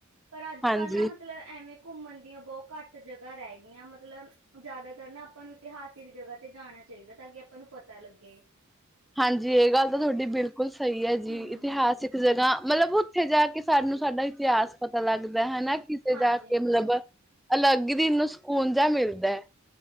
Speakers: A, on the right; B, in the centre.
A: ਪਰ ਅੱਜ
B: ਹਾਂਜੀ।
A: ਕੱਲ੍ਹ ਨਾ ਮਤਲਬ ਐਵੇਂ ਘੁੰਮਣ ਦੀਆਂ ਬੋਤ ਘੱਟ ਜਗ੍ਹਾ ਰੈ ਗਈਆਂ ਮਤਲਬ ਜਾਦਾਤਰ ਨਾ ਆਪਾਂ ਨੂੰ ਇਤਿਹਾਸਿਕ ਜਗ੍ਹਾ ਤੇ ਜਾਣਾ ਚਾਈਦਾ ਤਾਂ ਕੀ ਆਪਾਂ ਨੂੰ ਪਤਾ ਲੱਗੇ।
B: ਹਾਂਜੀ ਏ ਗੱਲ ਤਾਂ ਤੁਹਾਡੀ ਬਿਲਕੁੱਲ ਸਈ ਆ ਜੀ
A: ਹਮ
B: ਇਤਿਹਾਸਿਕ
A: ਹਮ
B: ਜਗ੍ਹਾ ਮਤਲਬ ਉੱਥੇ ਜਾ ਕੇ ਸਾਨੂੰ ਸਾਡਾ ਇਤਿਹਾਸ ਪਤਾ ਲੱਗਦਾ ਹਨਾ ਕਿਸੇ
A: ਹਾਂਜੀ
B: ਜਾ ਕੇ ਮਤਲਬ
A: ਹਾਂ
B: ਅਲੱਗ ਦਿਲ ਨੂੰ ਸਕੂਨ ਜਾ ਮਿਲਦੈ।